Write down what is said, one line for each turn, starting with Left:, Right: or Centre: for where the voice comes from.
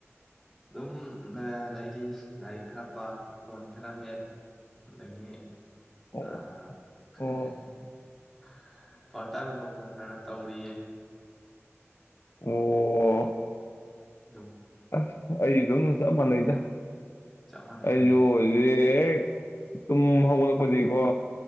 Centre: ꯑꯗꯨꯝ ꯂꯩꯔꯤ ꯂꯥꯏꯔꯤꯛ ꯈꯔ ꯄꯥ ꯐꯣꯟ ꯈꯔ ꯃꯦꯠ ꯑꯗꯒꯤ
Left: ꯑꯣ
Centre: ꯑ <unintelligible>
Left: ꯑꯣ
Centre: ꯄꯥꫪꯠ ꯇꯥꯏꯝ ꯖꯣꯕ ꯈꯔ ꯈꯔ ꯇꯧꯔꯤꯌꯦ
Left: ꯑꯣ
Centre: ꯎꯝ
Left: ꯑꯁ ꯑꯩ ꯑꯗꯨꯝ ꯆꯞ ꯃꯥꯟꯅꯩꯗ
Centre: ꯆꯞ ꯃꯥꯟꯅꯩꯌꯦ
Left: ꯑꯩ ꯍꯨꯖꯤꯛ ꯍꯦꯛ ꯇꯨꯝ ꯍꯧꯒꯠꯂꯛꯄꯗꯩ ꯀꯣ